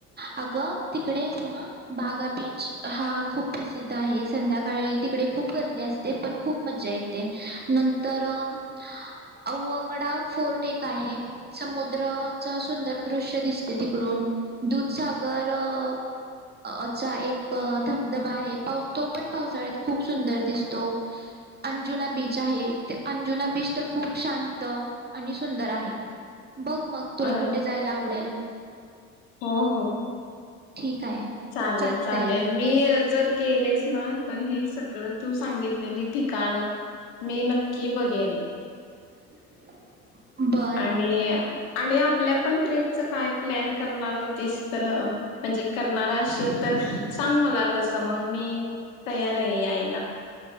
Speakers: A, on the right; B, on the left.
A: अगं तिकडे ना बागा बीच हा खूप प्रसिद्ध आहे. संध्याकाळी तिकडे खूप गर्दी असते पण खूप मज्जा येते नंतर अववगडा फोर्ट एक आहे समुद्रच सुंदर दृश्य दिसते ती! तिकडून दुधसागरचा एक धबधबा आहे तो पण पावसाळ्यात खूप सुंदर दिसतो अंजुना बीच आहे ते अंजुना बीच तर खूप शांत आणि सुंदर आहे. बघ मग तुला
B: अ
A: कुठे जायला आवडेल.
B: हो हो
A: ठीक आहे.
B: चालेल
A: चालतय
B: चालेल मी जर गेलेस ना तर हे सगळं! तू सांगितलेली ठिकाणं मी नक्की बघेन.
A: <inaudible> बर.
B: आणि आणि आप आपल्या पण ट्रीपचं काय प्लॅन करणार होत. तर म्हणजे करणार असशल तर सांग मला तस मग मी तयार आहे यायला